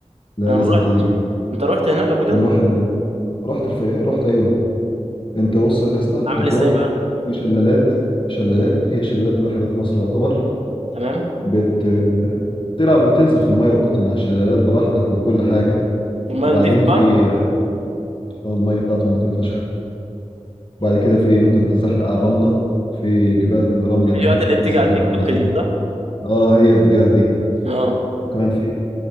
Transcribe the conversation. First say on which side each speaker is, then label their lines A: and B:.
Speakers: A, on the left; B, on the right.
A: لا
B: أنا
A: لازم
B: ما رحت
A: تيجي
B: أنت رحت هناك قبل كده؟
A: نروح ال... رحت الف... رحت أيوه أنت بص يا اسطى
B: عامل
A: هتروح
B: إزاي بقى؟
A: في شلالات شلالات هي الشلالات الوحيدة في مصر يعتبر
B: تمام
A: بت... تلعب تنزل في المية وتنط من على الشلالات براحتك وكل حاجة
B: المية
A: وبعدين
B: نضيفة
A: في
B: بقى
A: آه، المية بتاعتهم نضيفة فشخ وبعد كده في ممكن تتزحلق على الرملة في جبال رملة
B: الفيديوهات
A: هناك
B: اللي
A: بتتزحلق
B: بتيجي على التيك توك
A: من عليها
B: دي
A: اه هي الفيديوهات دي
B: اه
A: وكمان في